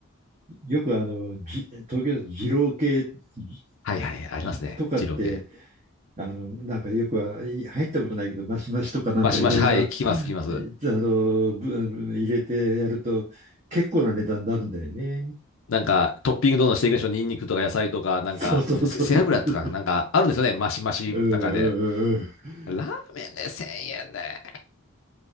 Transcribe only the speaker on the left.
はいはいはい、ありますね。
二郎系。
マシマシ、はい、聞きます、
聞きます。
なんか、トッピングどんどんしていきましょう。ニンニクとか野菜とか、なんか、
せ、せ背脂とか、なんか、あるんですよね。マシマシの中で。
ラーメンで1000円で。